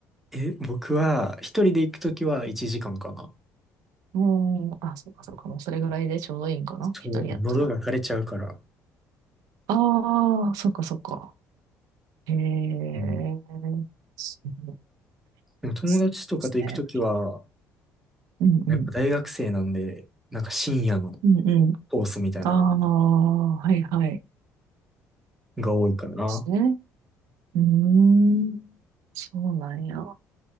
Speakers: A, in the centre; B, on the right.
A: え、僕は、一人で行くときは1時間かんかな。
B: もう、あ、そうかそうか、もうそれぐらいでちょうどいいんかな。
A: そう、
B: 一人やったら。
A: もう喉が枯れちゃうから。
B: ああ、そっかそっか。へえ、
A: うん。
B: そうで
A: でも友達とかと行くときは、
B: すね。うんうん。
A: やっぱ大学生なんで、なんか深夜の
B: うんうん。
A: コースみたいなの
B: ああ、はいはい。で
A: が多いからな。
B: すね。うーん。そうなんや。